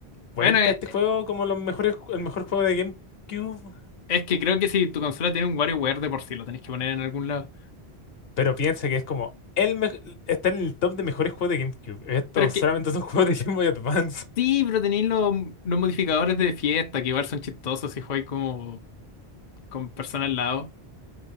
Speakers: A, on the left; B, on the left.
A: ¿Cuenta
B: Bueno, eh,
A: este juego como los mejores, ju- el mejor juego de GameCube
B: Es que creo que si tu consola tiene un WarioWare de por sí, lo tenés que poner en algún lado.
A: Pero piensa que es como el mej- está en el top de mejores juegos de GameCube. Estos
B: Pero es que
A: solamente son <laughs> juegos de Game Boy Advance.
B: sí, pero tenéis los, los modificadores de fiesta, que igual son chistosos si jugáis como con personas al lado.